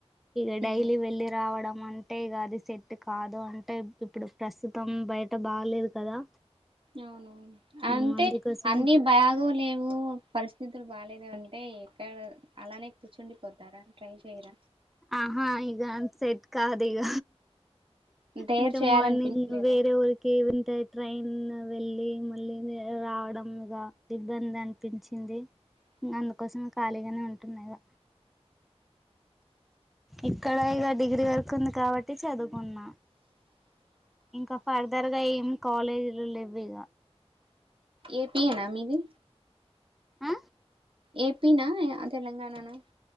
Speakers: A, in the centre; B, on the right.
A: ఇక
B: ఉమ్
A: డైలీ వెళ్ళలి రావడం అంటే ఇక అది సెట్ కాదు <unintelligible> <unintelligible> ఇప్పుడు ప్రస్తుతం బయట బాలేదు కదా
B: అవునువును అంటే
A: మ్ అందుకోసం
B: అన్ని భయా కాదు లేవు పరిస్థితులు బాలేదు అంటే ఎక్కడ అలానే కూర్చుండిపోతార ట్రై చేర
A: ఆహా ఇగ సెట్ కాదు ఇగ
B: డైర్
A: అంటే
B: చేయాలనిపించలేదా
A: మార్నింగ్ వేరే <unintelligible> ట్రైన్ వెళ్ళి మళ్ళీ రావడంగా ఇబ్బంది అనిపించింది
B: అ
A: అందుకోసమే ఖాళీగానే ఉంటున్నా ఇగ ఇక్కడ ఇక డిగ్రీ వరకు ఉంది కాబట్టి చదువుకున్న ఇంకా ఫర్దర్ గా ఏం కాలేజీలు లేవ్ ఇగ
B: ఏపీ యేన మీది
A: ఆ
B: ఏపీన తెలంగాణనా